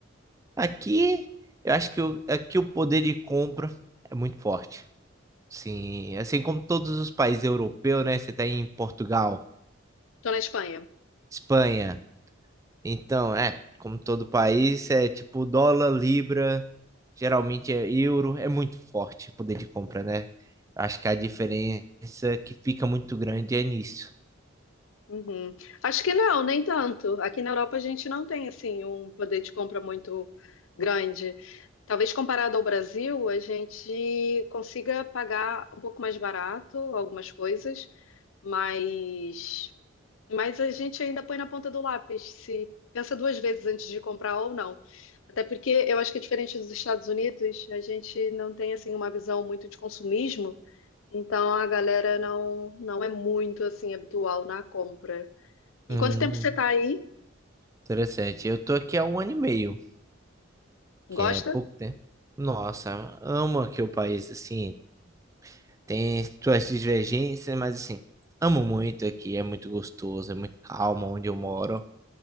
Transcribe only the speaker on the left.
Tô na Espanha.
Uhum. Acho que não, nem tanto. Aqui na Europa a gente não tem assim um poder de compra muito grande. Talvez comparado ao Brasil, a gente consiga pagar um pouco mais barato algumas coisas, mas Mas a gente ainda põe na ponta do lápis, se pensa duas vezes antes de comprar ou não. Até porque eu acho que, diferente dos Estados Unidos, a gente não tem assim uma visão muito de consumismo, então a galera não, não é muito assim habitual na compra. E
quanto tempo você tá aí?
Gosta?